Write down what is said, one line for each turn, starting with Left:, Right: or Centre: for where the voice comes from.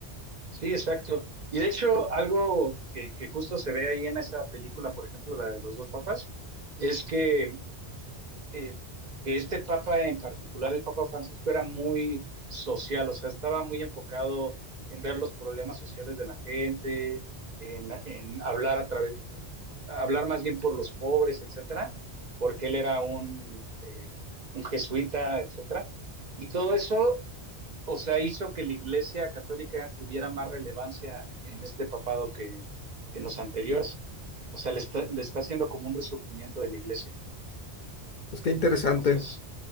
Right: Sí, exacto. Y de hecho, algo que, que justo se ve ahí en esa película, por ejemplo, la de los dos papas, es que, eh, que este papa en particular, el Papa Francisco, era muy social, o sea, estaba muy enfocado en ver los problemas sociales de la gente, en, en hablar a través, hablar más bien por los pobres, etcétera, porque él era un, eh, un jesuita, etcétera. Y todo eso o sea, hizo que la Iglesia Católica tuviera más relevancia en este papado que, que en los anteriores. O sea, le está, le está haciendo como un resurgimiento de la Iglesia.
Left: Pues qué interesante.
Right: Entonces,